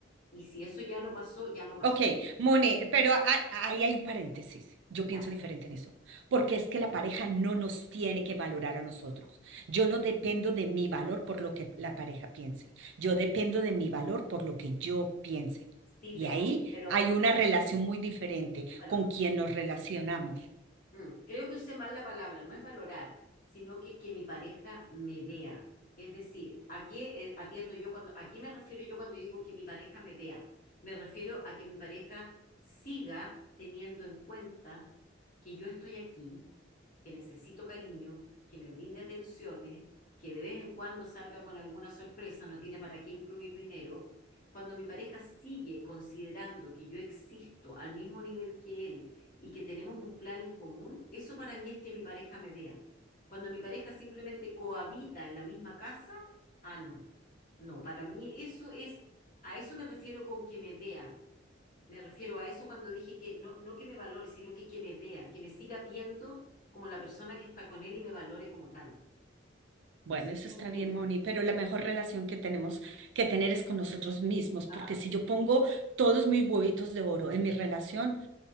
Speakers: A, on the left; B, on the right.
A: y si eso ya no pasó, ya no pasó.
B: Ok, Moni, pero a- ahí hay un paréntesis. Yo
A: Dale,
B: pienso diferente en eso, porque
A: dale,
B: es que
A: dale.
B: la pareja no nos tiene que valorar a nosotros. Yo no dependo de mi valor por lo que la pareja piense. Yo dependo de mi valor por lo que yo piense.
A: Sí,
B: Y
A: pero,
B: ahí
A: pero
B: hay una relación muy diferente
A: bueno,
B: con quien nos relacionamos.
A: Mm, Creo que usé mal la palabra, no es valorar, sino que que mi pareja me vea. Es decir, ¿a qué eh, atiendo yo cuando, a qué me refiero yo cuando digo que mi pareja me vea? Me refiero a que mi pareja siga teniendo en cuenta que yo estoy aquí, que necesito cariño, que me brinde atenciones, que de vez en cuando salga con alguna sorpresa, no tiene para qué incluir dinero. Cuando mi pareja sigue considerando que yo existo al mismo nivel que él, y que tenemos un plan en común, eso para mí es que mi pareja me vea. Cuando mi pareja simplemente cohabita en la misma casa, ah, no. No, para mí eso es, a eso me refiero con que me vea. Me refiero a eso cuando dije que no, no que me valore, sino que que me vea, que me siga viendo como la persona que está con él y me valore como tal. No
B: Bueno,
A: sé,
B: eso
A: si
B: está
A: entiendo.
B: bien, Moni, pero la mejor relación que tenemos que tener es con nosotros mismos, porque
A: Ah, sí.
B: si yo pongo todos mis huevitos de oro en mi relación,